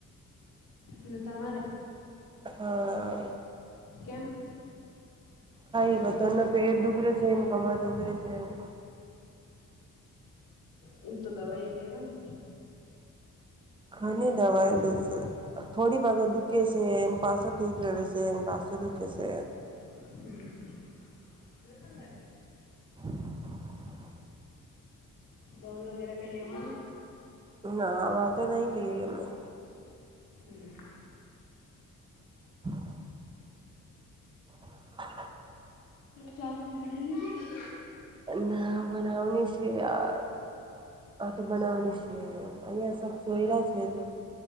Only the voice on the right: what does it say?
હા
ખાાઈ તને પેટ દગરે છે ને કમર દગરે છેને
ઘણી દવાયલુંસર થોડી વાગ દુખે છે એન પાસો ઠીક રહે છે એ પાસો દુખે છે
<unintelligible>
ના વા તો નહી લીલી મેં
<inaudible> <unintelligible>
ના બનાવની છે હા તો બનાવની છે જે અહીયા સબ સોય રહ છેબ